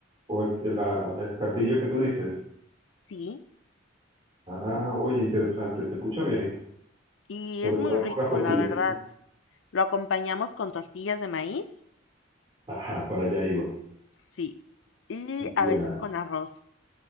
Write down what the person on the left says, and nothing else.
Sí,
Y
es muy
rico,
la verdad.
Lo acompañamos con tortillas de maíz,
sí, y a
veces con arroz.